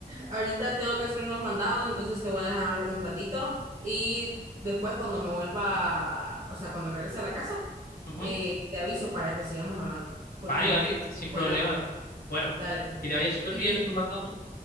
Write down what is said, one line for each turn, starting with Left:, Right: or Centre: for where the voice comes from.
Right: ahorita tengo que hacer unos mandados, entonces te voy a dejar un ratito y después cuando me vuelva, o sea, cuando regrese a la casa,
Left: Ujú.
Right: eh, te aviso para que sigamos hablando, porque
Left: Vale, vale,
Right: es
Left: sin
Right: buena
Left: problema.
Right: la plata.
Left: Bueno,
Right: Dale. pues.
Left: que te vaya súper
Right: Y
Left: bien en tu mandato.